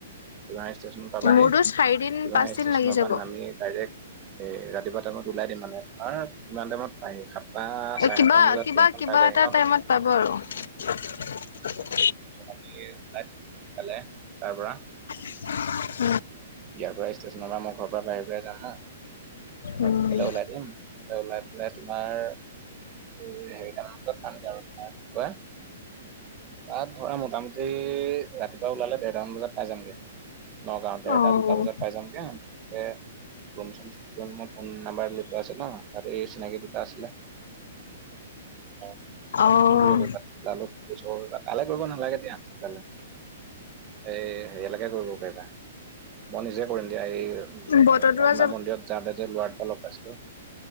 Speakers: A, on the right; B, on the left.
A: তিৱাঙী ষ্টেচন পাবাহি,
B: মোৰতো চাৰিদিন
A: তিৱাহী
B: পাঁচদিন
A: ষ্টেচনৰ
B: লাগি যাব।
A: পৰা নামি ডাইৰেক্ট এ ৰাতিপুৱা টাইমত ওলাই দিম মানে কিমান টাইমত পায়হি সাতটা চাৰে
B: কিবা
A: সাত মান বজাত
B: কিবা
A: ট্ৰেইনখন
B: কিবা
A: পাই যায়হি
B: এটা
A: নতো
B: টাইমত পাব আৰু <unintelligible>
A: তাৰপিছত আমি লাই সোনকালে তাৰ পৰা
B: অ <inaudible>
A: ইয়াৰ পৰা ষ্টেচনৰ পৰা মুখৰ পৰা বাহিৰ পৰা যাম ন। অ
B: উম,
A: ভকলৈ ওলাই দিম, ভৈ ওলাই পেলাই তোমাৰ হেৰি ড আৰু <inaudible> তাত ধৰা মোটামুটি ৰাতিপুৱা ওলালে দেৰটামান বজাত পাই যামগে। নগাঁও, তেৰটা
B: অ',
A: দুটা বজাত পাই যামগে তে <inaudible> ফোন নাম্বাৰ লত আছে ন তাত এই চিনাকি দুটা আছিলে। প
B: অ',
A: ফ কৰিবাপ কৰিবা তালৈ কৰিব নালাগে দিয়া তোলে <inaudible> এই হেৰিয়ালৈকে কৰিব পাৰিবা মই নিজে কৰিম দিয়া এই
B: বটদ্ৰৱা
A: ৰত্না মন্দিৰত যাওঁতে যে লোৱাৰ পৰা লগ পাইছিলো।